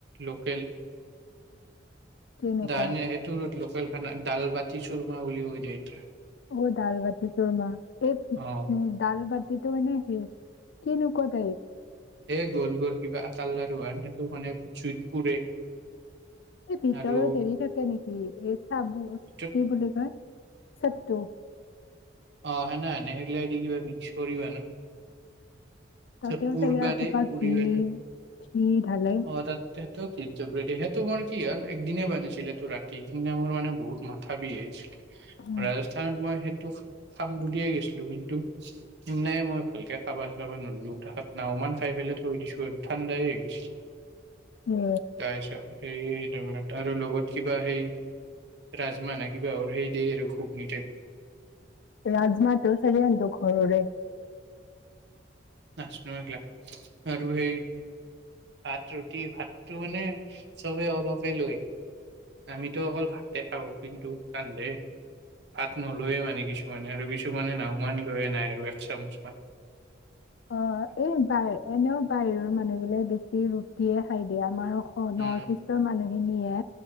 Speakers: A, on the right; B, on the left.
A: লোকেল
B: কেনেকুৱা
A: ডান সেইটো ৰোদ লোক লোকেল খানা দালবাতি চুৰমা বুলি কয় যে সেইটো
B: অ দাল বাতি চোৰমা এই
A: অ
B: দাল বাতি সেইটো মানে সেই কেনেকোৱা তাইপ
A: এ গ'ল গ'ল কিবা আতাৰ লাৰু হান সেটো মানে জুইত পুৰে
B: এই ভিতৰত
A: আৰু
B: হেৰি থাকে নেকি এই চাব
A: ভিতৰত
B: কি বুলি কয় চতটো
A: অ সেনে হেনে সেইগিলা এ দি কিবা মিক্স কৰি বনাই
B: তাতেও
A: তাছত পুৰবা
B: চাগে এসোপা
A: দেই পুৰি
B: ঘি
A: হলে
B: ঘি ঢালে
A: অ তাত সেত কি চট ৰেডি সেইটো মোৰ কি হ'ল একদিনে বনাছিলে ত ৰাতি সেইদিনা মোৰ মানে বহুত মাথা বিষ
B: উম,
A: ৰাজস্থানত মই সেই ত খাম বুলিয়ে গৈছিলো কিন্তু সিনাই মই ভালকে খাবা চাবা নলো তাহাত নাওমান খাই পেলাই থৈ দিছো আৰু ঠাণ্ডাই হৈ গৈছিল
B: এ
A: তাইছ সেই তাৰ আৰু লগত কিবা সেই ৰাজমা নে কিবাহৰ সেই দেই আৰু ঘুগ্নি টাইপ
B: ৰাজমাটো চাগে হেহটৰ ঘৰৰে।
A: নাছনো এইগিলা আৰু সেই ভাত ৰুটি, ভাতটো মানে চবে অলপে লয়। আমিতো অকল ভাতে খাও কিন্তু কান্দে ভাত নলৈয়ে মানে কিছুমানে আৰু কিছুমানে নাহমান লৈয়ে নাই আৰু এক চামুচমান।
B: অ', এই বাই এনেও বাহিৰৰ মানুহবিলে বেছি ৰুটিয়ে খাই দিয়া, আমাৰ নৰ্থ
A: উম
B: ইষ্টৰ মানুহ মিনিয়ে,